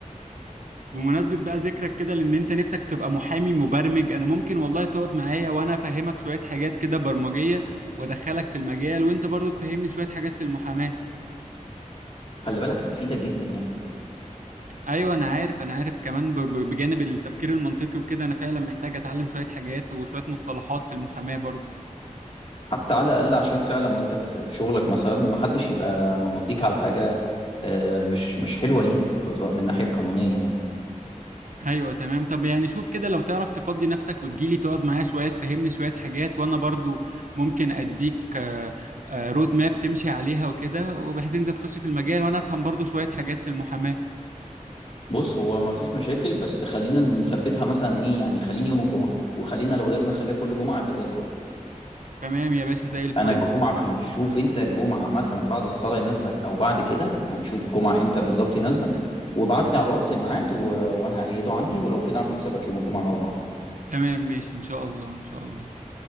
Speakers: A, on the right (about 75°); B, on the left (about 45°).
A: بمناسبة بقى ذكرك كده لأن انت نفسك تبقى محامي مبرمج أنا ممكن والله تقعد معايا وأنا أفهمك شوية حاجات كده برمجية وأدخلك في المجال وأنت برضو تفهمني شوية حاجات في المحاماة
B: خلي بالك هتفيدك جدا يعني
A: أيوة أنا عارف أنا عارف كمان ب... ب- بجانب التفكير المنطقي وكده أنا فعلا محتاج أتعلم شوية حاجات وشوية مصطلحات في المحاماة برضو
B: حتى على الاقل عشان فعلا وانت في في شغلك مثلا ما حدش يبقى ممضيك على حاجه آه، مش مش حلوه ليك كغ- من الناحيه القانونيه يعني
A: ايوه تمام طب يعني شوف كده لو تعرف تفضي نفسك وتجيلي تقعد معايا شويه تفهمني شويه حاجات وانا برضو ممكن اديك آه، آه، رود ماب تمشي عليها وكده وبحيث انت تخش في المجال وانا افهم برضو شويه حاجات في المحاماه
B: بص هو ما فيش مشاكل بس خلينا نثبتها مثلا ايه يعني خليني يوم الجمعه وخلينا لو قدرنا نخليها كل جمعه يبقى زي الفل
A: تمام يا باشا زي الفل
B: انا الجمعه في شوف انت الجمعه مثلا بعد الصلاه يناسبك او بعد كده يعني شوف الجمعه امتى بالظبط يناسبك وابعت لي على الواتس ميعاد و... وانا هأيده عندي ولو كده اعمل حسابك يوم الجمعه نقعد مع بعض
A: تمام ماشي ان شاء الله ان شاء الله